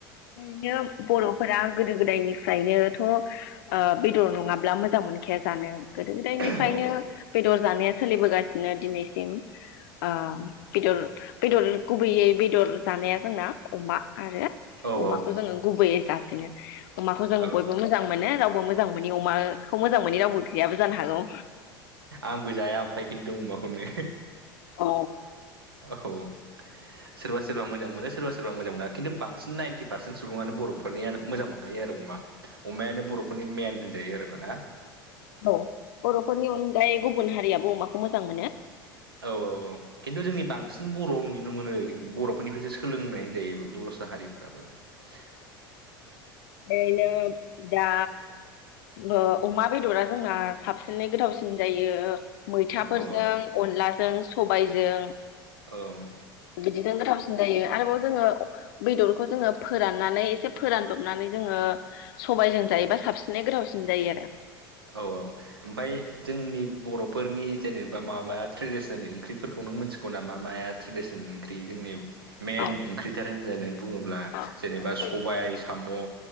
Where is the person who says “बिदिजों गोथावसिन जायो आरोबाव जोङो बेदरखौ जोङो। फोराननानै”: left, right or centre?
Left